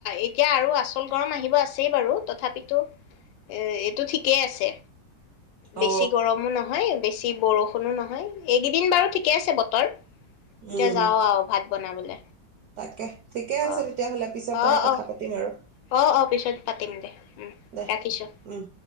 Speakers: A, on the left; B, on the right.
A: এতিয়া আৰু আচল গৰম আহিব আছেই বাৰু তথাপিতো এ', - -এইটো ঠিকেই আছে। বেছি
B: অ
A: গৰমো নহয়, বেছি অতি বৰষুণো নহয় এইকেইদিন বাৰু ঠিকে আছে বতৰ এতিয়া
B: উম
A: যাও আৰু ভাত বনাবলে
B: তাকে ঠিকে
A: অ',
B: আছে তেতিয়াহ'লে পিছৰ পৰাই
A: অ',
B: কথা
A: অ',
B: পাতিম আৰু
A: অ অ পিছত পাতিম দে উম
B: দে
A: ৰাখিছো
B: দে উম